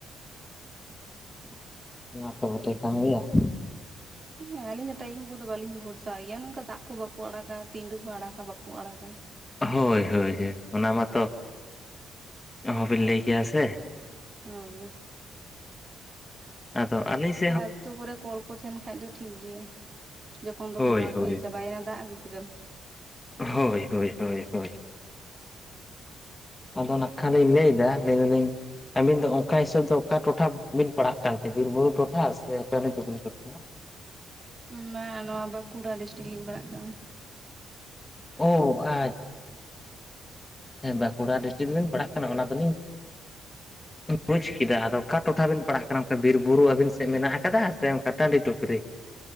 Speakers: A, on the right; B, on the left.
A: <inaudible>
B: ᱚᱱᱟ ᱛᱚ ᱵᱚᱴᱷᱮ ᱠᱟᱱ ᱜᱮᱭᱟ ᱾
A: ᱦᱮᱸ ᱟᱞᱤᱧ ᱢᱟ ᱛᱚ ᱴᱟᱭᱤᱢ ᱠᱚᱞ ᱫᱚ ᱵᱟᱞᱤᱧ ᱵᱷᱚᱨᱥᱟ ᱛᱚ ᱭᱟ ᱱᱚᱝᱠᱟ ᱫᱟᱜ ᱠᱚ ᱵᱟᱠᱚ ᱟᱲᱟᱜᱟ ᱛᱤᱸᱰᱩ ᱠᱚ ᱟᱲᱟᱜᱟ ᱵᱟᱠᱚ ᱟᱲᱟᱜᱟ᱾
B: ᱦᱳᱭ ᱦᱳᱭ ᱦᱳᱭ ᱚᱱᱟ ᱢᱟᱛᱚ ᱚᱦᱚᱸ ᱵᱤᱱ ᱞᱟᱹᱭ ᱜᱮᱭᱟ ᱥᱮ
A: ᱦᱳᱭ᱾
B: ᱟᱫᱚ ᱟᱹᱞᱤᱥ
A: ᱟᱨ ᱟᱹᱛᱩ ᱠᱚᱨᱮ ᱠᱚᱞ ᱠᱚ ᱛᱟᱦᱮᱱ ᱠᱷᱟᱡ ᱫᱚ ᱴᱷᱤᱠ ᱜᱮᱭᱟ᱾ ᱡᱚᱠᱷᱚᱱ
B: ᱦᱳᱭ
A: ᱛᱚᱠᱷᱚᱱᱮᱢ ᱟᱹᱜᱩᱭᱟ
B: ᱦᱳᱭ
A: ᱪᱟᱵᱟᱭᱮᱱᱟ ᱫᱟᱜ ᱟᱹᱜᱩ ᱠᱮᱫᱟᱢ
B: ᱦᱳᱭ ᱦᱳᱭ ᱦᱳᱭ ᱦᱳᱭ᱾ ᱟᱫᱚ ᱱᱟ ᱠᱷᱟᱱ ᱤᱧ ᱞᱟᱹᱭ ᱮᱫᱟ᱾ ᱟᱹᱵᱤᱱ ᱫᱚ ᱚᱱᱠᱟ ᱦᱤᱥᱟᱹᱵᱽ ᱫᱚ ᱚᱠᱟ ᱴᱚᱴᱷᱟ ᱵᱤᱱ ᱯᱟᱲᱦᱟᱜ ᱠᱟᱱ ᱛᱮ ᱵᱤᱨᱵᱩᱨᱩ ᱴᱚᱴᱷᱟ ᱥᱮ ᱪᱚᱱᱤᱛᱩᱜᱩᱨ ᱴᱚᱴᱷᱟ
A: ᱢᱟ ᱱᱚᱣᱟ ᱵᱟᱹᱠᱩᱲᱟ ᱰᱤᱥᱴᱤᱠ ᱞᱤᱧ ᱯᱟᱲᱟᱜ ᱠᱟᱱᱟ᱾
B: ᱚ ᱟᱪᱪᱷ ᱦᱮᱸ ᱵᱟᱹᱠᱩᱲᱟ ᱰᱤᱥᱴᱤᱠ ᱨᱮᱵᱮᱱ ᱯᱟᱲᱦᱟᱜ ᱠᱟᱱᱟ ᱚᱱᱟ ᱫᱚᱞᱤᱧ ᱵᱩᱡᱽ ᱠᱮᱫᱟ ᱟᱫᱚ ᱚᱠᱟ ᱴᱚᱴᱷᱟ ᱵᱮᱱ ᱯᱟᱲᱟᱜ ᱠᱟᱱᱟ ᱚᱱᱛᱮ ᱵᱤᱨ ᱵᱩᱨᱩ ᱟᱹᱵᱤᱱ ᱥᱮᱫ ᱢᱮᱱᱟᱜ ᱟᱠᱟᱫᱟ ᱥᱮ ᱚᱱᱠᱟ ᱴᱟᱺᱰᱤ ᱴᱩᱯᱨᱤ